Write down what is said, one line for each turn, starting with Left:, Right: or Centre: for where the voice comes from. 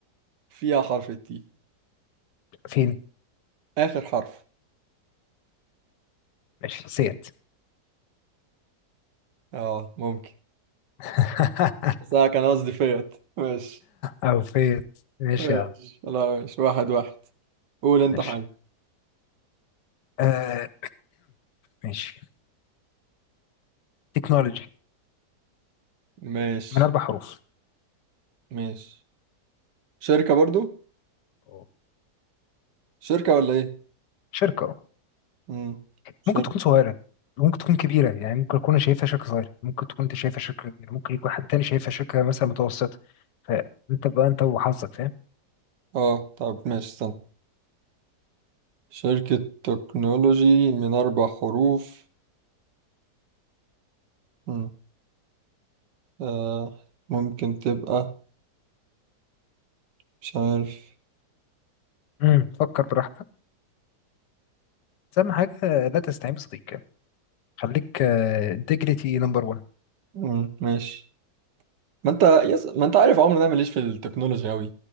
Right: فيها حرف التي
Left: فين
Right: آخر حرف
Left: ماشي سيت
Right: آه ممكن
Left: <laughs>
Right: بس أنا كان قصدي فيت ماشي
Left: او فيت ماشي
Right: ماشي
Left: يا عم
Right: لا ماشي واحد واحد قول أنت
Left: ماشي
Right: حاجة
Left: آه <clears throat> ماشي تكنولوجي
Right: ماشي
Left: من اربع حروف
Right: ماشي شركة برضو
Left: أوه.
Right: شركة ولا إيه
Left: شركة
Right: مم. شركة
Left: ممكن تكون صغيرة ممكن تكون كبيرة يعني ممكن أكون أنا شايفها شركة صغيرة ممكن تكون أنت شايفها شركة كبيرة ممكن يكون حد تاني شايفها شركة مثلا متوسطة فأنت بقى أنت وحظك فاهم
Right: اه طب ماشي استنى شركة تكنولوجي من أربع حروف مم. آه. ممكن تبقى مش عارف
Left: امم فكر براحتك بس أهم حاجة لا تستعين بصديق يعني خليك انتجريتي نمبر 1
Right: مم. ماشي ما انت يس... ما انت عارف عمري إن انا ماليش في التكنولوجي أوي